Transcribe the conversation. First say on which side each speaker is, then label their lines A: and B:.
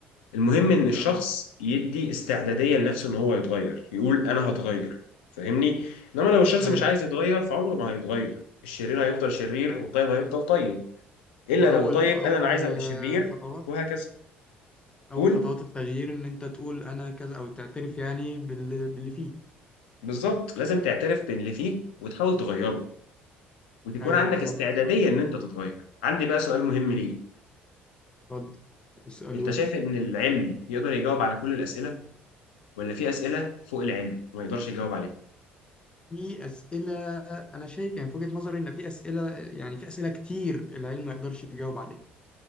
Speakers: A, on the left; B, on the left.
A: المهم ان الشخص
B: اه
A: يدي استعداديه لنفسه ان هو يتغير يقول انا هتغير فاهمني انما لو الشخص
B: ايوه
A: مش عايز يتغير فعمره ما هيتغير الشرير هيفضل شرير
B: أيوة.
A: والطيب هيفضل طيب الا
B: واول
A: لو طيب
B: واول
A: قال انا عايز ابقى
B: آه،
A: شرير
B: خطوات
A: وهكذا
B: اول
A: قول
B: خطوات التغيير ان انت تقول انا كذا او تعترف يعني باللي, باللي فيه
A: بالظبط لازم تعترف باللي فيك وتحاول تغيره وتكون
B: ايوه
A: عندك
B: بالظبط
A: استعداديه ان انت تتغير عندي بقى سؤال مهم ليك
B: اتفضل اسالوا
A: انت شايف
B: لي
A: ان العلم يقدر يجاوب على كل الاسئله ولا في اسئله فوق العلم وما يقدرش يجاوب عليها
B: في اسئله انا شايف يعني في وجهه نظري ان في اسئله يعني في اسئله كتير العلم ما يقدرش يجاوب عليها